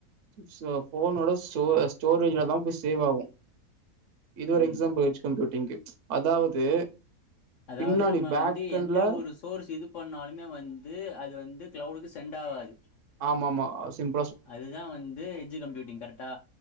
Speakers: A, on the right; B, on the left.
A: ஸோ ஃபோனோட ஸ்டோ ஸ்டோரேஜ்லதா போய் சேவ் ஆகும் இது ஒரு
B: ம்
A: எக்ஸாம்பிள் ஹெச்கம்யூடிங்கு அதாவது
B: அதாவது
A: பின்னாடி
B: நம்ம
A: பேக்கண்ட்ல
B: வந்து எந்த ஒரு சோர்ஸ் இது பண்ணாலுமே வந்து அது வந்து கிளவுடுக்கு சென்ட் ஆகாது
A: ஆமா ஆமா சிம்
B: அதுதா வந்து எஜ் கம்ப்யூட்டிங் கரெக்டா